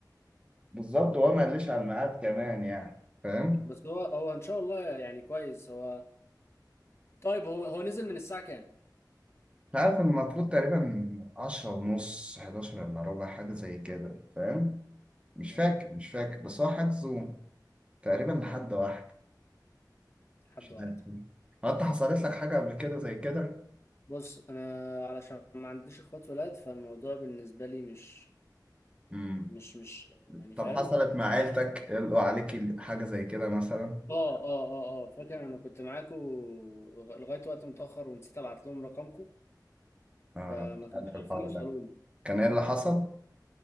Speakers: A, on the right (about 15°); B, on the left (about 35°).
A: بالظبط وهو ما قاليش على الميعاد كمان يعني فاهم
B: بس هو هو ان شاء الله يعني كويس هو طيب هو هو نزل من الساعة كام
A: مش عارف المفروض تقريبا عشرة ونص حداشر الا ربع حاجة زي كده فاهم مش
B: اه
A: فاكر مش فاكر بس هو حجزه تقريبا لحد واحد
B: حد
A: مش
B: واحدة
A: عارف هو انت حصلت لك حاجة قبل كده زي كده؟
B: بص انا علشان ما عنديش اخوات ولاد فالموضوع بالنسبة لي مش
A: امم
B: مش مش يعني
A: طب
B: فاهم
A: حصلت مع عيلتك
B: مش-
A: قالوا عليكي حاجة زي كده مثلا؟
B: اه اه اه اه فاكر انا كنت معاكم لغاية وقت متأخر ونسيت ابعت لهم رقمكم
A: آه
B: فما
A: مش
B: كانوش
A: عارف الحوار
B: عارفين يوصلوا
A: ده
B: لي
A: كان ايه اللي حصل؟